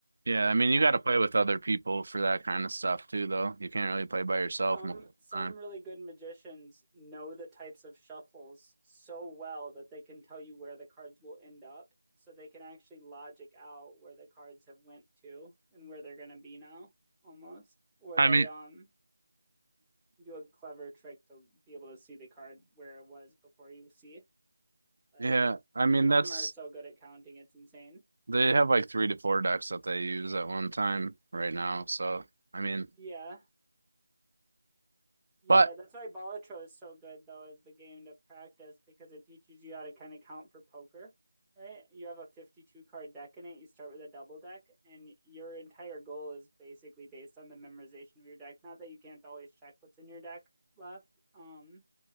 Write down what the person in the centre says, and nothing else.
Uh,
some
some
really good magicians know the types of shuffles so well that they can tell you where the cards will end up, so they can actually logic out where the cards have went to and where they're gonna be now, almost. Or
they
um do a clever trick to be able to see the card where it was before you see. it. But
some
of them are so good at counting, it's insane.
Yeah, Yeah,
that's why Balatro is so good though as the game to practice because it teaches you how to kind of count for poker, right? You have a 52 card deck in it, you start with a double deck and your entire goal is basically based on the memorization of your deck. Not that you can't always check what's in your deck left, um,